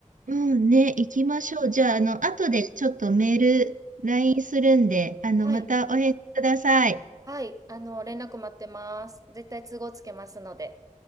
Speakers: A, on the right; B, on the right.
A: うんね、行きましょう。じゃあ、
B: あ、
A: あの、後でちょっとメール、LINE するんで、あの、
B: はい。
A: またお返事ください。
B: はい、あの、連絡待ってます。絶対都合つけますので。